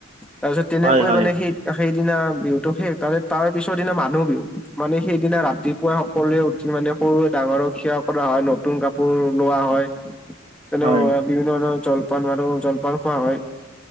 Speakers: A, in the centre; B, on the right (about 30°).
A: তাৰ পিছত তেনেকৈ
B: হয়, হয়,
A: মানে সেই-সেইদিনা বিহুটো শে, তাৰে তাৰ পিছৰ দিনা মানুহ বিহু। মানে, সেইদিনা ৰাতিপুৱাই সকলোৱে উঠি মানে সৰুৱে ডাঙৰক সেৱা কৰা হয় নতুন কাপোৰ লোৱা হয়। <inaudible> তেনেকুৱাকে
B: হয়।
A: বিভিন্ন ধৰণৰ জলপান আৰু জলপান খোৱা হয়।